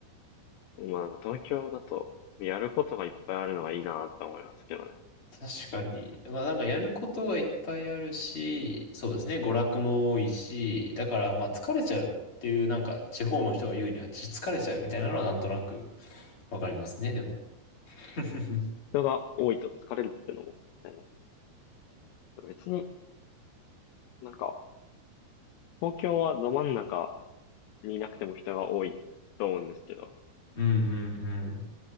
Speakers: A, on the left; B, on the left.
A: まあ、なんか東京だと、やることがいっぱいあるのがいいなと思いますけどね。
B: 確かに。まあなんかやることはいっぱいあるし、そうですね、娯楽も多いし、だからまあ疲れちゃうっていうなんか地方の人が言うにはち疲れちゃうみたいなのはなんとなくわかりますね、でも。<laughs>
A: 人が多いと疲れるってのも、ね、別になんか、東京はど真ん中にいなくても人が多いと思うんですけど、
B: うんうんうん。